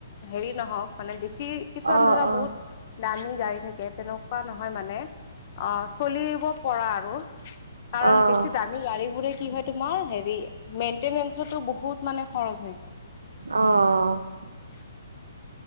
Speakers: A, on the left (about 45°); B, on the right (about 75°).
A: হেৰি নহওঁক! মানে বেছি কিছুমান
B: অ'
A: ধৰা
B: অ'
A: বহুত দামী গাড়ী থাকে তেনেকুৱা নহয় মানে। অ', চলিব পৰা আৰু কাৰণ
B: অ'
A: বেছি দা মি গাড়ীবোৰে কি হয় তোমাৰ হেৰি মেইনটেনেঞ্চতো বহুত মানে খৰচ হৈ যায়।
B: অ', অ'।
A: <inaudible>